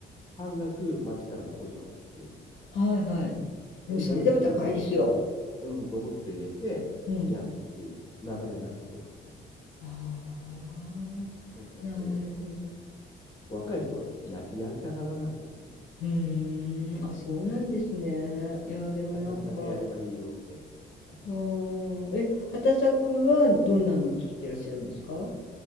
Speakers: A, on the left (about 20°); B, on the left (about 70°).
A: 半額町からの補助なんですよ。
B: はいはい。でもそれでも高いですよ。
A: それでそういうロボット、うん、ロボット入れてやるっていう流れになってきてますね。
B: うん。ああ、
A: もうだって、
B: なるほど。う
A: 若い人はややりたがらないですもん。
B: ーん、あ、そうなんですね。いや、でもなんか、
A: 畑作だけやればいいよみたいな感じになっちゃ
B: あー、え、畑作はどんなのを作ってらっしゃるんですか